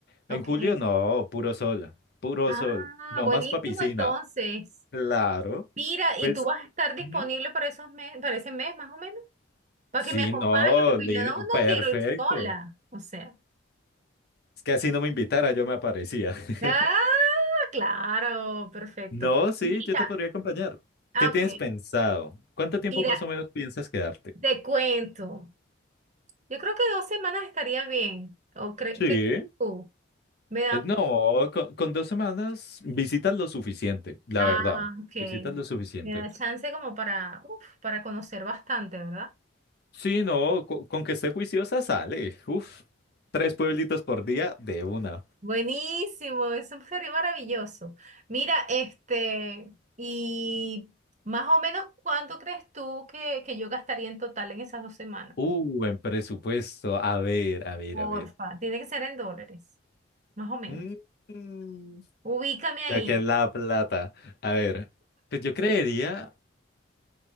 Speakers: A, on the left; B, on the right.
A: En
B: Ok.
A: julio, no, puro sol, puro
B: Ah,
A: sol, no
B: buenísimo
A: más pa' piscina.
B: entonces.
A: Claro.
B: Mira, ¿y
A: Pues
B: tú vas a estar disponible
A: Ujú.
B: para esos mes, para ese mes más o menos? Para
A: sí,
B: que me acompañe,
A: no,
B: porque
A: líder,
B: yo no, no
A: perfecto.
B: quiero ir sola. O sea.
A: Es que así no me invitara, yo me aparecía. <laughs>
B: Ah, claro, perfecto.
A: No, sí,
B: Mira,
A: yo te podría acompañar.
B: ah,
A: ¿Qué
B: ok.
A: tienes pensado? ¿Cuánto tiempo
B: Mira,
A: más o menos piensas quedarte?
B: te cuento. Yo creo que dos semanas estaría bien. ¿O cre-
A: Sí.
B: qué crees tú? Me da,
A: Eh, No, con, con dos semanas visitas lo suficiente, la
B: Ah,
A: verdad.
B: ok.
A: Visitas lo suficiente.
B: Me da chance como para, uf, para conocer bastante, ¿verdad?
A: Sí, no, co- con, que esté juiciosa sale. Uf, tres pueblitos por día de una.
B: Buenísimo, eso <laughs> sería maravilloso. Mira, este, y más o menos, ¿cuánto crees tú que, que yo gastaría en total en esas dos semanas?
A: Uh, en presupuesto. A ver, a ver,
B: Porfa,
A: a ver.
B: tiene que ser en dólares, más o menos.
A: Mm,
B: Ubícame ahí.
A: Lo que es la plata. A ver, pues yo creería,